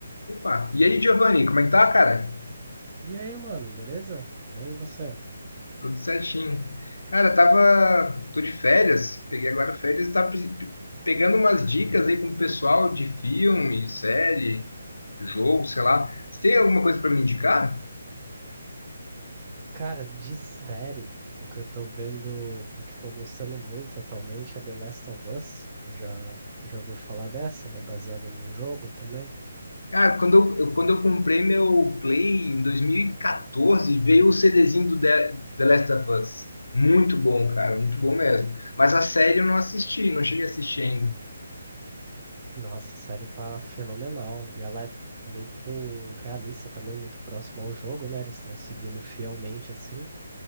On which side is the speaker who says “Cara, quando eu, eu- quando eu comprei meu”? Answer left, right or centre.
Left